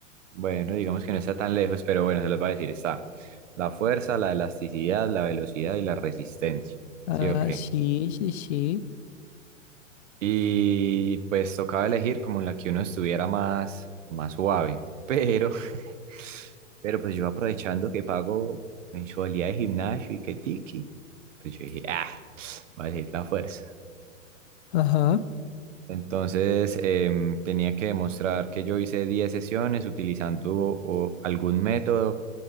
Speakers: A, on the right (about 70°); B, on the left (about 55°).
A: Bueno, digamos que no está tan lejos, pero bueno, se los va a decir, está la fuerza, la elasticidad, la velocidad y la resistencia.
B: Ah,
A: ¿Sí o qué?
B: sí, sí, sí.
A: Y pues tocaba elegir como en la que uno estuviera más, más suave. Pero, <laughs> pero pues yo aprovechando que pago mensualidad de gimnasio y que tiki, pues yo dije, ah, voy a elegir la fuerza.
B: Ajá.
A: Entonces em, tenía que demostrar que yo hice 10 sesiones utilizando o- algún método